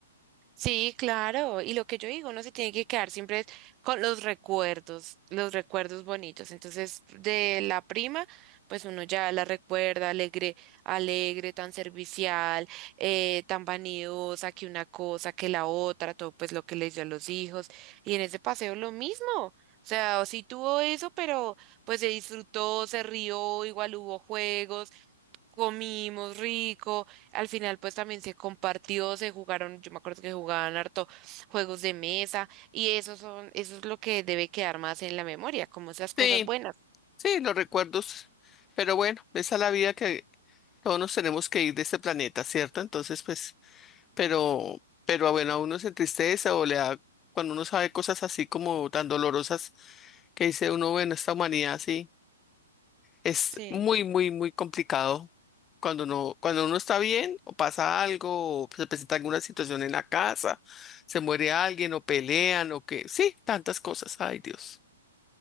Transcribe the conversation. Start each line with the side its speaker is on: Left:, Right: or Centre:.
Right: Sí, claro. Y lo que yo digo, uno se tiene que quedar siempre con los recuerdos, los recuerdos bonitos. Entonces, de la prima, pues uno ya la recuerda alegre, alegre, tan servicial, eh, tan vanidosa, que una cosa, que la otra, todo pues lo que le dio a los hijos. Y en ese paseo lo mismo. O sea, sí tuvo eso, pero pues se disfrutó, se rió, igual hubo juegos comimos rico, al final pues también se compartió, se jugaron, yo me acuerdo que jugaban harto juegos de mesa y eso son, eso es lo que debe quedar más en la memoria, como esas cosas
Left: Sí,
Right: buenas.
Left: sí, los recuerdos, pero bueno, esa es la vida que, Todos nos tenemos que ir de este planeta, ¿cierto? Entonces, pues, pero, pero ah, bueno, a uno se entristece o le da, cuando uno sabe cosas así como tan dolorosas, que dice uno, bueno, esta humanidad sí, es
Right: Sí,
Left: muy, muy, muy complicado. Cuando uno, cuando uno está bien, o pasa algo, o se presenta alguna situación en la casa, se muere alguien, o pelean, o que, sí, tantas cosas, ay Dios.